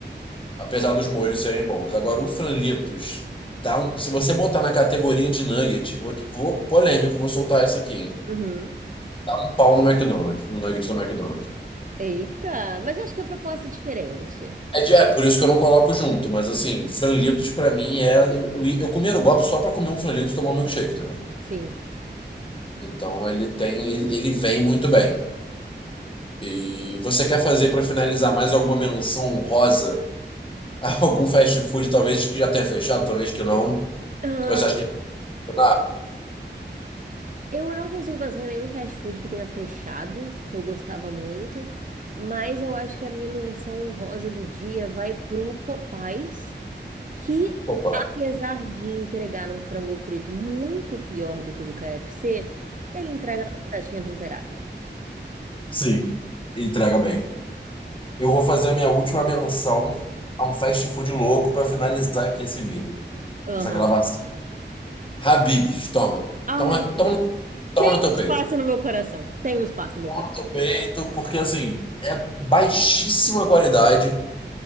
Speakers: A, on the left; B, on the right.
A: Apesar dos molhos serem bons. Agora, o franlitos, dá um- se você botar na categoria de nugget, vou, vou, polêmico, vou soltar essa aqui. hein?
B: Uhum.
A: Dá um pau no McDonald's, no nugget do McDonald's.
B: Eita, mas eu acho que a proposta é diferente.
A: É, de- é, por isso que eu não coloco junto, mas assim, franlitos pra mim é. Eu, eu, eu comia no Bob só pra comer um franlitos e tomar um milkshake, entendeu?
B: Sim.
A: Então ele tem, ele, ele vem muito bem. E você quer fazer pra finalizar mais alguma menção honrosa <laughs> a algum fast food, talvez que já tenha fechado, talvez que não,
B: Ah,
A: que você acha que. Ah,
B: eu não consigo pensar em nenhum fast food que tenha fechado, que eu gostava muito, mas eu acho que a minha menção honrosa do dia vai pro Popais, que
A: Popeye.
B: apesar de entregar um frango frito muito pior do que o do KFC, ele entrega na batatinha temperada.
A: Sim, entrega bem. Eu vou fazer a minha última menção a um fast food louco para finalizar aqui esse vídeo,
B: Aham.
A: essa gravação. Habib's, toma.
B: Ai,
A: Toma, toma, no- toma
B: tem
A: no teu
B: um
A: peito.
B: espaço no meu coração. Tem um espaço no meu
A: Toma
B: coração.
A: no teu peito, porque assim, é baixíssima qualidade,